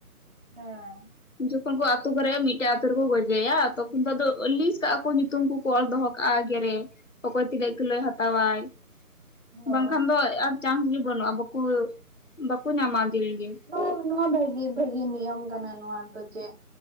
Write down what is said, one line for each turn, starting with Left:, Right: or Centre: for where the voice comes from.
Right: ᱦᱮᱸ ᱾
Left: ᱡᱚᱠᱷᱚᱱ ᱠᱚ ᱟᱛᱩ ᱠᱚᱨᱮ ᱢᱤᱫᱴᱮᱡ ᱟᱛᱩ ᱨᱮᱠᱚ ᱜᱚᱡᱮᱭᱟ ᱛᱚᱠᱷᱚᱱ ᱫᱚ ᱟᱫᱚ ᱞᱤᱥᱴ ᱠᱟᱜᱼᱟ ᱠᱚ ᱧᱩᱛᱩᱢ ᱠᱚᱠᱚ ᱚᱞ ᱫᱚᱦᱚ ᱠᱟᱜᱼᱟ ᱟᱜᱮ ᱨᱮ ᱚᱠᱚᱭ ᱛᱤᱱᱟᱹᱜ ᱠᱤᱞᱳ ᱦᱟᱛᱟᱣᱟᱭ ᱾ ᱵᱟᱝᱠᱷᱟᱱ
Right: ᱚ
Left: ᱫᱚ ᱟᱨ ᱪᱟᱱᱥ ᱜᱮ ᱵᱟᱹᱱᱩᱜᱼᱟ ᱵᱟᱠᱩ ᱵᱟᱠᱚ ᱧᱟᱢᱟ ᱡᱤᱞ ᱜᱮ ᱾
Right: ᱟᱨ <unintelligible> ᱱᱚᱣᱭᱟ ᱵᱷᱟᱹᱜᱤ ᱵᱷᱟᱹᱜᱤ ᱱᱤᱭᱚᱢ ᱠᱟᱱᱟ ᱱᱚᱣᱟ ᱫᱚ ᱡᱮ